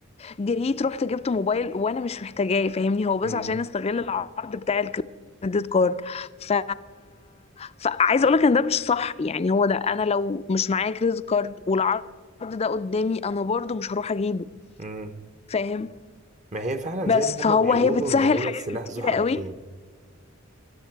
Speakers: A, on the left (about 30°); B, on the right (about 35°).
A: جريت رحت جبت موبايل وانا مش محتاجاه فاهمني هو بس
B: مم.
A: عشان استغل العرض بتاع الكريدت كارد ف فعايزه اقول لك ان ده مش صح يعني هو ده انا لو مش معايا كريدت كارد والعرض ده قدامي انا برضو مش هروح اجيبه
B: مم.
A: فاهم
B: ما هي فعلا
A: بس
B: زي ما هما
A: فهو
B: بيقولوا
A: هي بتسهل
B: ان هي
A: حاجات
B: السلاح
A: كتيره
B: ذو حدين
A: قوي